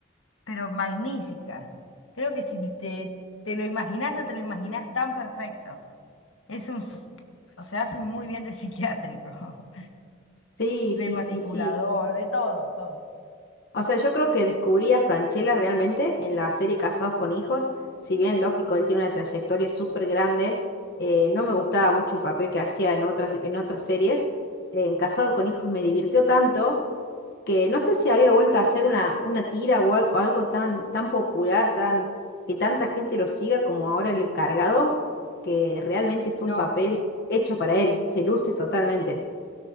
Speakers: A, on the left (about 80°); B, on the left (about 50°).
A: pero magníficas. Creo que si te, te lo imaginás, no te lo imaginás tan perfecto. Es un, s- o sea, hace muy bien de psiquiátrico, <laughs>
B: sí,
A: de
B: sí,
A: manipulador,
B: sí, sí.
A: de todo, todo.
B: O sea, yo creo que descubrí a Francella realmente en la serie Casados con Hijos. Si bien, lógico, él tiene una trayectoria súper grande, eh, no me gustaba mucho el papel que hacía en otras, en otras series. En Casado con Hijos me divirtió tanto que no sé si había vuelto a hacer una, una tira o al- o algo, tan, tan popular, tan, que tanta gente lo siga como ahora el encargado, que realmente es un
A: No,
B: papel hecho para él, se luce totalmente.